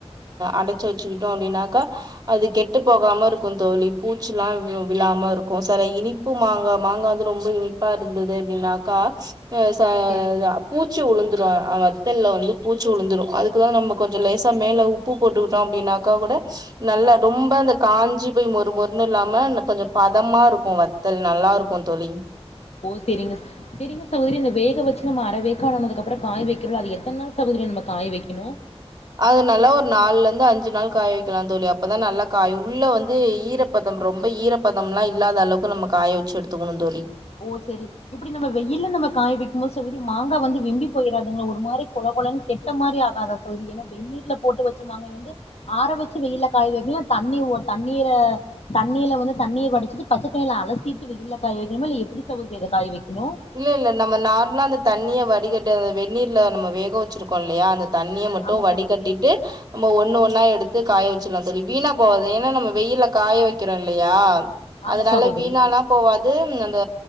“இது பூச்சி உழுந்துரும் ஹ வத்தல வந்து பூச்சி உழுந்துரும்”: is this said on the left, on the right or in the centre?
Right